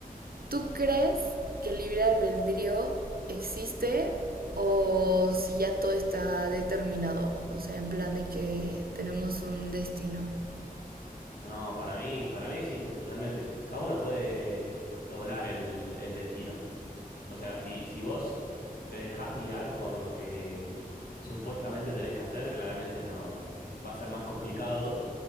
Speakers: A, on the right (about 75°); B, on the left (about 75°).
A: ¿Tú crees que el libre albedrío existe o si ya todo está determinado? O sea, en plan de que tenemos un destino.
B: No, para mí, para mí existe totalmente. Cada uno puede doblar el, el destino. O sea, si, si vos te dejás guiar por lo que supuestamente tenés que hacer, claramente no va a ser más complicado,